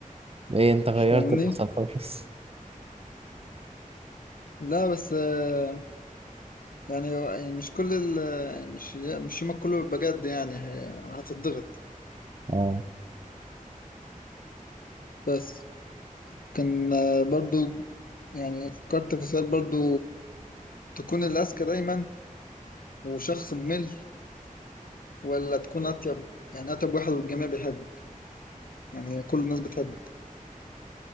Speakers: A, on the right (about 45°); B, on the left (about 80°).
A: ايه انت غيرت
B: فاهمني
A: المسار خالص <laughs>
B: لا بس آه، يعني يعني مش كل ال مش مش يومك كله بيبقى جد يعني هتضغط
A: اه
B: بس كان آه، برضو يعني فكرت في سؤال برضو تكون الأذكى دايما وشخص ممل ولا تكون أطيب يعني أطيب واحد والجميع بيحبك يعني كل الناس بتحبك